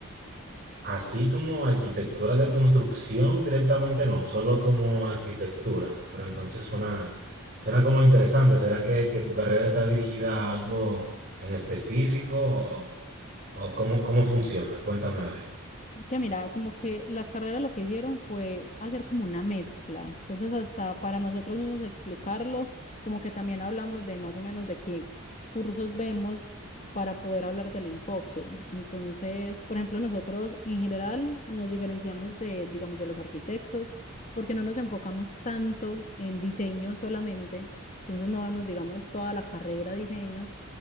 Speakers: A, on the right; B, on the left.
A: Así como arquitectura de construcción directamente no, solo como arquitectura. Pero entonces suena, suena como interesante. ¿Será que, que tu carrera está dirigida a algo en específico o, o cómo, cómo funciona? Cuéntame a ver.
B: Es que mira, como que la carrera lo que hicieron fue hacer como una mezcla. Entonces, hasta para nosotros mismos explicarlo, como que también hablamos de más o menos de qué cursos vemos para poder hablar del enfoque. Entonces, por ejemplo, nosotros en general nos diferenciamos de, digamos, de los arquitectos porque no nos enfocamos tanto en diseño solamente. Entonces, no vemos, digamos, toda la carrera diseño